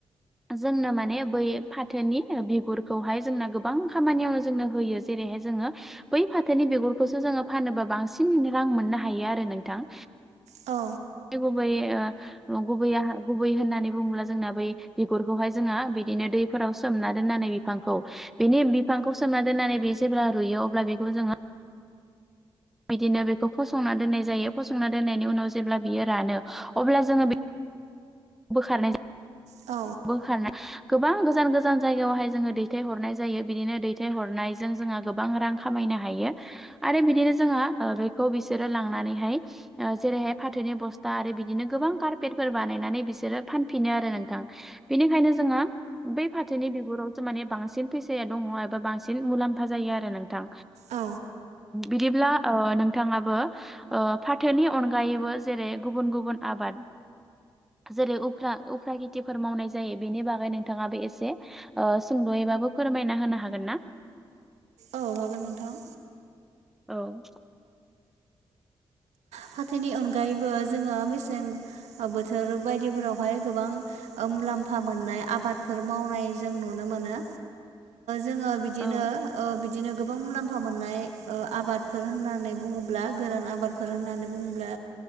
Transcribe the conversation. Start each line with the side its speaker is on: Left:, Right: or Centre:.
Centre: जोंनो माने बै फाथोनि बिगुरखौहाय जोंना गोबां खामानियाव जोंनो होयो जेरैहाय जोङो बै फाथोनि बिगुरखौसो जोङो फानोबा बांसिन रां मोननो हायो आरो नोंथां
Right: औ
Centre: गुबै औ गुबैया गुबै होननानै बुङोब्ला जोंना बै बिगुरखौहाय जोङो बिदिनो दैफोराव सोमना दोन्नानै बिफांखौ बेनि बिफांखौ सोमना दोननानै बे जेब्ला रुइयो अब्ला बेखौ जोङो बिदिनो बेखौ फसंना दोन्नाय जायो फसंना दोननायनि उनाव जेब्ला बियो रानो अब्ला जोङो बे बोखारनाय जायो
Right: औ
Centre: बोखारना गोबां गोजान गोजान जायगायावहाय जोङो दैथायहरनाय जायो बिदिनो दैथाय हरनायजों जोंहा गोबां रां खामायनो हायो आरो बिदिनो जोङो बेखौ बिसोरो लांनानैहाय जेरैहाय फाथोनि बस्था आरो बिदिनो गोबां कारपेटफोर बानायनानै बि सोरो फानफिनो आरो नोंथां बेनिखायनो जोङो बै फाथोनि बिगुरावसो माने बांसिन फैसाया दङ एबा बांसिन मुलाम्फा जायो आरो नोंथां
Right: औ
Centre: बिदिब्ला नोंथाङाबो फाथोनि अनगायैबो जेरै गुबुन गुबुन आबाद जेरैफ्रा उफ्रा खेथिफोर मावनाय जायो बेनि बागै नोंथाङाबो एसे सुंद'यैबाबो फोरमायना होनो हागोन ना
Right: औ हागोन नोंथां
Centre: औ
Right: फाथोनि अनगायैबो जोङो मेसें बोथोर बायदिफोरावहाय गोबां मुलाम्फा मोननाय आबादफोर मावनाय जों नुनो मोनो जोङो बिदिनो
Centre: औ
Right: बिदिनो गोबां मुलाम्फा मोननाय आबाद फोर होननानै बुङोब्ला गोरान आबादफोर होननानै बुङोब्ला